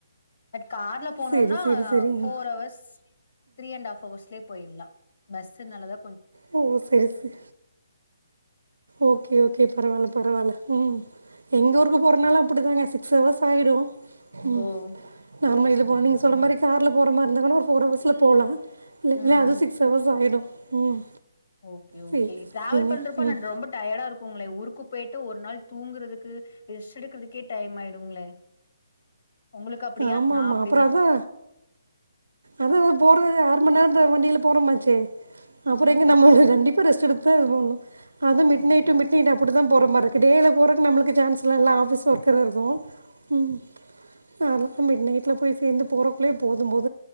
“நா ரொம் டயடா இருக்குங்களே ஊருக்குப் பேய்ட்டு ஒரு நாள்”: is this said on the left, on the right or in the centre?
Left